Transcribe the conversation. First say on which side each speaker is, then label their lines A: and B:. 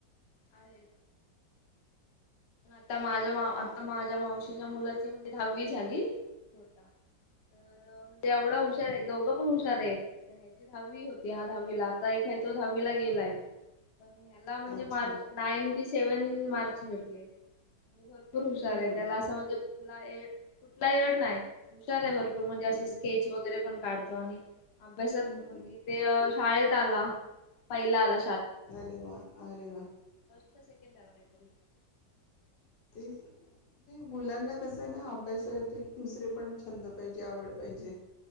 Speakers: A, on the left; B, on the left.
A: आहे. आता माझ्या मा आता माझ्या मावशीच्या मुलाची म्हणजे दहावी झाली. चो नोटा तर म एवढा हुशार आहेत दोघं पण हुशार आहेत दहावी होत्या दहावीला आता एक नाही तो दहावी ला गेलाय पण ह्याला म्हणजे
B: अच्छा
A: mark ninety seven marks भेटले म्हणजे भर भरपूर हुशार
B: छान
A: आहे
B: वाटलं
A: त्याला असं म्हणजे कुठला येड कुठला येड नाय. हुशार आहे भरपूर म्हणजे असं
B: हम्म
A: स्केच वगैरे पण काढतो आणि अभ्यासात
B: हम्म
A: <inaudible>
B: हम्म
A: ते शाळेत आला पहिला आला.
B: अरे वा! अरे वा!
A: पण सेकंड आला काही तरी
B: तेच नाही मुलांना कसं ना अभ्यासाव्यतिरिक्त दुसरे पण छंद पाहिजे आवड पाहिजे